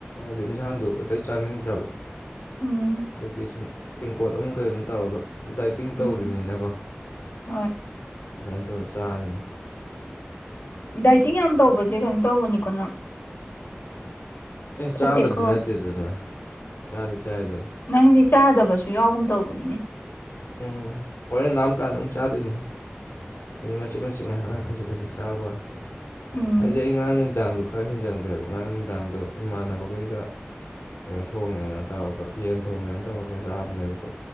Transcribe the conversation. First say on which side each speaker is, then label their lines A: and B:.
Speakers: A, on the left; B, on the left.
A: ꯗꯤ ꯏꯟꯁꯥꯡꯗꯣ ꯑꯇꯩ ꯆꯥꯅꯤꯡꯗ꯭ꯔꯕ
B: ꯎꯝ
A: ꯑꯗꯨꯒꯤ ꯁꯨꯝ ꯇꯦꯡꯀꯣꯠ ꯑꯃ ꯀꯩ ꯑꯃ ꯇꯧꯔꯒ ꯗꯥꯏꯇꯤꯡ ꯇꯧꯔꯤꯕꯅꯤꯅꯀꯣ
B: ꯎꯝ
A: ꯑꯗꯨꯃꯥꯏꯅ
B: ꯍꯣꯏ
A: ꯇꯧꯔ ꯆꯥꯔꯤꯅꯤ
B: ꯗꯥꯏꯇꯤꯡ ꯌꯥꯝ ꯇꯧꯕꯁꯦ ꯀꯩꯅꯣ ꯇꯧꯕꯅꯤꯀꯣ ꯅꯪ
A: ꯑꯦ
B: ꯐꯠꯇꯦꯀꯣ
A: ꯆꯥꯗꯕꯗꯤ ꯅꯠꯇꯦꯗꯗꯅ ꯆꯥꯗꯤ ꯆꯥꯏꯗꯅ
B: ꯅꯪꯗꯤ ꯆꯥꯗꯕꯁꯨ ꯌꯥꯎꯒꯨꯝ ꯇꯧꯕꯅꯤꯅꯦ
A: ꯎꯝ ꯍꯣꯔꯦꯟ ꯂꯥꯝꯃ ꯀꯥꯟꯗ ꯑꯃꯨꯛ ꯆꯥꯗꯣꯏꯅꯦ ꯍꯦ ꯍꯥꯏꯗꯤ ꯃꯆꯤꯠ ꯃꯆꯤ ꯉꯥꯏꯍ ꯈꯖꯤꯛ ꯈꯖꯤꯛ ꯆꯥꯕ ꯋꯥꯅꯤ
B: ꯎꯝ
A: ꯍꯥꯏꯗꯤ ꯑꯩ ꯉꯔꯥꯡ ꯅꯨꯃꯤ ꯅꯨꯡꯗꯥꯡꯗꯣ ꯈꯔ ꯍꯦꯟꯖꯝꯟꯈ꯭ꯔꯦꯕ ꯉꯔꯥꯡ ꯅꯨꯃꯤꯗꯥꯡꯗꯣ ꯏꯃꯥꯟꯅꯕꯈꯩꯒ ꯀꯩꯅꯣ ꯊꯣꯡꯉꯦꯅ ꯇꯧꯔꯒ ꯌꯦꯟ ꯊꯣꯡꯉꯦꯅ ꯇꯧꯔꯒ ꯆꯥꯕꯅꯦꯕꯀꯣ